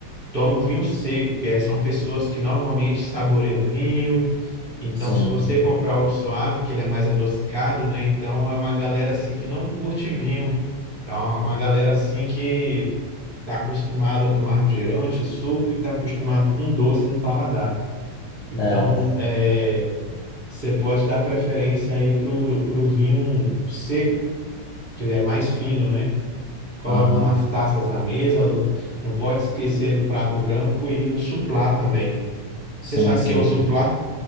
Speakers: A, on the right; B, on the left.
A: Tomam vinho seco, que é- são pessoas que normalmente saboreiam vinho. Então,
B: sim.
A: se você comprar o suave, que ele é mais adocicado, né? Então, é uma galera assim que não curte vinho. É uma uma galera assim que está acostumado a tomar refrigerante, suco e está acostumado com doce no paladar. Então,
B: É.
A: é, você pode dar preferência aí para o vinho seco, que ele é mais fino, né? Coloca
B: Aham.
A: umas taças na mesa, não pode esquecer do prato branco e o suplá também.
B: Sim,
A: Você sabe
B: sim.
A: o que é o suplá?